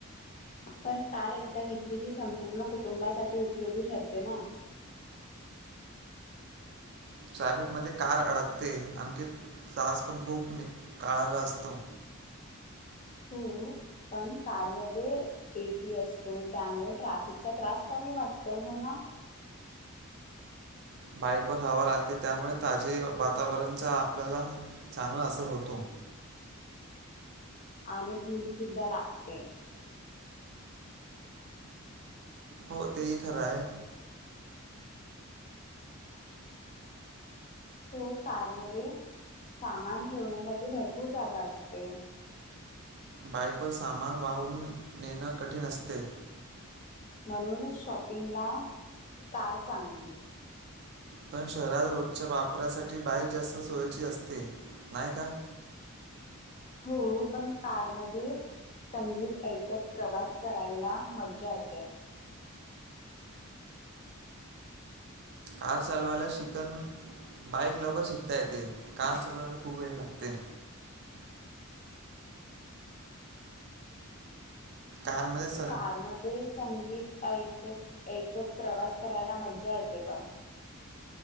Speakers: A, on the left; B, on the right.
A: पण कार एकदा घेतली की संपूर्ण कुटुंबासाठी उपयोगी ठरते ना.
B: ट्रॅफिकमध्य कार अडकते आणखी त्रास पण खूप काळाला असतो.
A: हो पण कारमध्ये एसी असतो त्यामुळे ट्राफिकचा त्रास कमी वाटतो हो ना
B: बाईकवर हवा लागते त्यामुळे ताजे वातावरणचा आपल्याला चांगला असर होतो.
A: आणि धूर सुुद्धा लागते.
B: हो तेही खरं आहे.
A: तो कारमध्ये सामान ठेवण्यासाठी भरपूर जागा असते.
B: बाईकवर सामान वाहून नेणं कठीण असते.
A: म्हणूनच शॉपिंगला कार चांगली.
B: पण शहरात रोजच्या वापरासाठी बाईक जास्त सोयची असते नाही का.
A: हो पण कारमध्ये संगीत ऐकत प्रवास करायला मज्जा येते.
B: कार चालवायला शिकन बाईक लवकर शिकता येते कार चालवायला खूप वेळ लागते. कारमध्येच
A: कार मध्ये संगीत ऐकत ऐकत प्रवास करायला मज्जा येते पण.